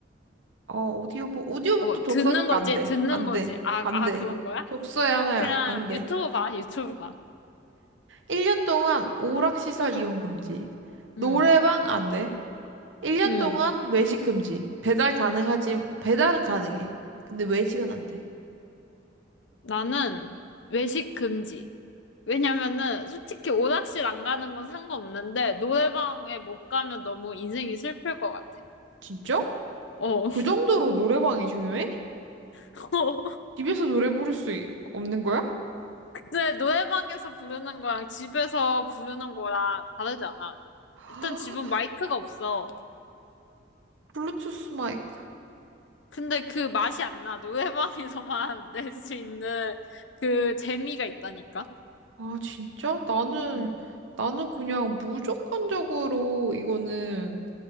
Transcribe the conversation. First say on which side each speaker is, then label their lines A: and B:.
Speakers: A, on the right (about 80°); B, on the left (about 70°).
A: 어, 오디오북 오디오북도
B: 어,
A: 독서가
B: 듣는 거지,
A: 안 돼.
B: 듣는
A: 안
B: 거지.
A: 돼.
B: 아,
A: 안
B: 아,
A: 돼.
B: 그런 거야?
A: 독서에
B: 그건
A: 하나야.
B: 그냥
A: 안 돼.
B: 유튜브 봐, 유튜브 봐.
A: 1년 동안 오락시설 이용 금지. 노래방
B: 응,
A: 안 돼. 1년
B: 응.
A: 동안 외식 금지. 배달 가능하지, 배달은 가능해. 근데 외식은 안 돼.
B: 나는 외식 금지. 왜냐면은 솔직히 오락실 안 가는 건 상관없는데 노래방에 못 가면 너무 인생이 슬플 것 같아.
A: 진짜?
B: 어.
A: 그 정도로 노래방이 중요해?
B: <laughs>
A: 집에서 노래 부를 수 이- 없는 거야?
B: 이제 노래방에서 부르는 거랑 집에서 부르는 거랑 다르지 않아.
A: <gasps>
B: 일단 집은 마이크가 없어.
A: 블루투스 마이크.
B: 근데 그 맛이 안 나. 노래방에서만 <laughs> 낼 수 있는 그 재미가 있다니까.
A: 아, 진짜? 나는,
B: 응.
A: 나는 그냥 무조건적으로 이거는